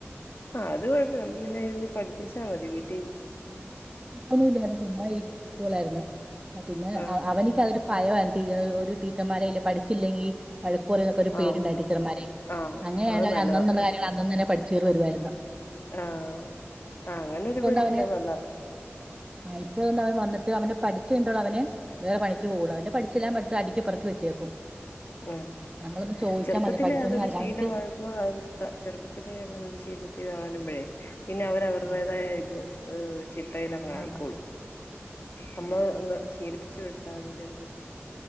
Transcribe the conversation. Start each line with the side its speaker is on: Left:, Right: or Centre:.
Left: ആ അത് കുഴപുല പിന്നെ ഇരുന്ന് പഠിപ്പിച്ചാമതി വീട്ട
Right: ഞാൻ പഠപ്പിക്കന്നുല്ലായിരുന്നു ചുമ്മാ ഇരിക്കി ഇരിക്കുവലായിരന്നു പിന്നെഅ
Left: ആഹ്
Right: അവനക്കഅതൊരു ഭയമായി ഒരു ടി ടീച്ചർമാര അല്ല പഠിച്ചില്ലെങ്കി വഴക്ക് <unintelligible> പേടിണ്ടാർന്നു
Left: ആഹ്
Right: ടീച്ചർമാരെ,
Left: ആഹ്
Right: അങ്ങനെയാണെങ്ക
Left: അത് നല്ലതാ
Right: അന്നന്നുള്ള കാര്യങ്ങള് അന്നന്ന് തന്നെ പഠിചോര് വരുവായിരുന്നു
Left: ആഹ് ആ <unintelligible>
Right: അവന് ആ ഇപ്പോ അവൻ വന്നിട്ട് അവനെ പഠിച്ചു <unintelligible> കൈനിട്ടേ ഉള്ളൂ അവന് വേറെ പണിക്ക് പോകുള്ളൂ അവന്റെ പഠിച്ചെല്ലാം പടുത്ത് അടുക്കി പൊറുക്കി വെച്ചേക്കും.
Left: ആഹ ആഹ
Right: നമ്മളൊന്ന്
Left: ആ
Right: ചോദിച്ചാൽ
Left: ചെറുപ്പത്തിലെ
Right: മതി പഠിച്ചൊന്നും
Left: അതൊരു ശീല
Right: അവനിക്ക്
Left: ആയപ്പോ <unintelligible> ചെറുപ്പത്തിലെ അങ്ങനെ ഒരു ശീലത്തിൽ വളർത്തി മ്പഴേ പിന്നെ അവരവരുടേത്
Right: ഉം.
Left: ആയ ഇത് <unintelligible> ചിട്ടയിലങ്ങായിക്കോളും
Right: ആ
Left: നമ്മള്
Right: ആ
Left: ഒന്ന് ശീലിപ്പിച്ച് വിട്ടാൽ മതി <unintelligible>